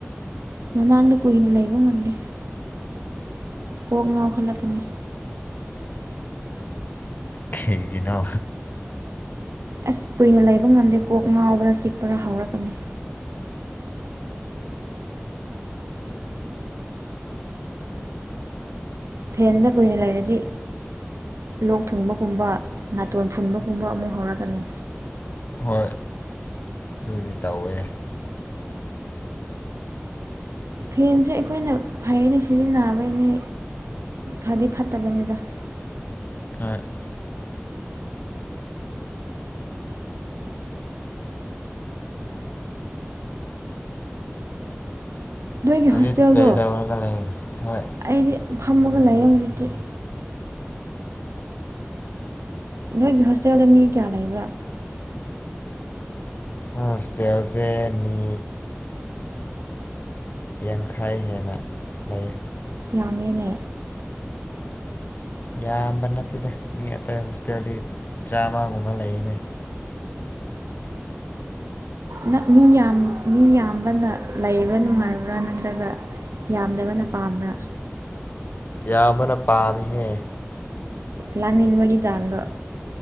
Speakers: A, on the right; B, on the left.
A: ꯃꯃꯥꯡꯗ ꯀꯨꯏꯅ ꯂꯩꯕ ꯉꯝꯗꯦ ꯀꯣꯛ ꯉꯥꯎꯈꯠꯂꯛꯀꯅꯤ
B: ꯀꯩꯒꯤꯅꯣ
A: ꯑꯁ ꯀꯨꯏꯅ ꯂꯩꯕ ꯉꯝꯗꯦ ꯀꯣꯛ ꯉꯥꯎꯕ꯭ꯔꯥ ꯆꯤꯛꯄ꯭ꯔꯥ ꯍꯧꯔꯛꯀꯅꯤ ꯐꯦꯟꯗ ꯀꯨꯏꯅ ꯂꯩꯔꯗꯤ ꯂꯣꯛ ꯊꯨꯡꯕꯒꯨꯝꯕ ꯅꯥꯇꯣꯟ ꯐꯨꯟꯕꯒꯨꯝꯕ ꯑꯃꯨꯛ ꯍꯧꯔꯛꯒꯅꯤ
B: ꯍꯣꯏ ꯑꯗꯨꯗꯤ ꯇꯧꯋꯦ
A: ꯐꯦꯟꯁꯦ ꯑꯩꯈꯣꯏꯅ ꯐꯩꯅ ꯁꯤꯖꯤꯟꯅꯕꯩꯅꯤ ꯐꯗꯤ ꯐꯠꯇꯕꯅꯤꯗ
B: ꯑ
A: ꯅꯣꯏꯒꯤ
B: ꯍꯨꯖꯤꯛꯇꯤ
A: ꯍꯣꯁꯇꯦꯜꯗꯣ
B: ꯀꯩ ꯇꯧꯔꯒ ꯂꯩ ꯍꯣꯏ
A: ꯑꯩꯗꯤ ꯐꯝꯃꯒ ꯂꯩꯌꯦ ꯍꯧꯖꯤꯛꯇꯤ ꯅꯣꯏꯒꯤ ꯍꯣꯁꯇꯦꯜꯗ ꯃꯤ ꯀꯌꯥ ꯂꯩꯕ꯭ꯔꯥ
B: ꯈꯣꯏ ꯍꯣꯁꯇꯦꯜꯁꯦ ꯃꯤ ꯌꯥꯡꯈꯩ ꯍꯦꯟꯅ ꯂꯩ
A: ꯌꯥꯝꯃꯦꯅꯦ
B: ꯌꯥꯝꯕ ꯅꯠꯇꯦꯗ ꯃꯤ ꯑꯇꯩ ꯍꯣꯁꯇꯦꯜꯗꯤ ꯆꯥꯝꯃꯒꯨꯝꯕ ꯂꯩꯌꯦꯅꯦ
A: ꯅ ꯃꯤ ꯌꯥꯝ ꯃꯤ ꯌꯥꯝꯕꯅ ꯂꯩꯕ ꯅꯨꯡꯉꯥꯏꯕ꯭ꯔꯥ ꯅꯠꯇ꯭ꯔꯒ ꯌꯥꯝꯗꯕꯅ ꯄꯥꯝꯕ꯭ꯔꯥ
B: ꯌꯥꯝꯕꯅ ꯄꯥꯝꯃꯤꯍꯦ
A: ꯂꯥꯡꯅꯤꯡꯕꯒꯤ ꯆꯥꯡꯗꯣ